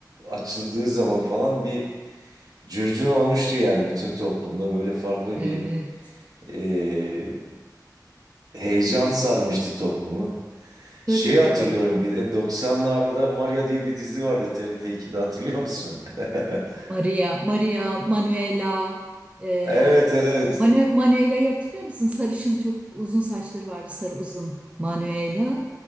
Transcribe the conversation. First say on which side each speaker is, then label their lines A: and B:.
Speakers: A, on the right; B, on the right.
A: açıldığı zaman falan bir curcuna olmuştu yani bütün toplumda. Böyle farklı
B: evet.
A: bir e, heyecan sarmıştı toplumu.
B: Tabii
A: Şeyi hatırlıyorum
B: tabii.
A: bir de 90'larda Maria diye bir dizi vardı TRT ikide hatırlıyor musun? <laughs>
B: Maria, Maria, Manuela. E,
A: Evet evet.
B: Manu Manuela'yı hatırlıyor musun? Sarışın çok uzun saçları vardı. Sarı uzun. Manuela